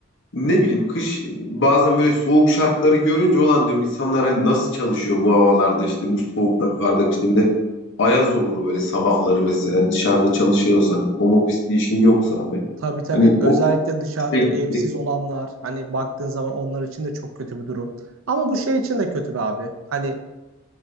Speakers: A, on the left (about 65°); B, on the right (about 75°).
A: ne bileyim kış bazen böyle soğuk şartları görünce olan diyorum insanlar hani nasıl çalışıyor bu havalarda işte bu soğukta karda işte bir de ayaz olur böyle sabahları mesela dışarıda çalışıyorsan home office bir işin yoksa abi.
B: tabii tabii
A: Hani
B: özellikle dışarıda
A: Peki,
B: bir evsiz
A: peki.
B: olanlar hani baktığın zaman onlar için de çok kötü bir durum. Ama bu şey için de kötü be abi. Hani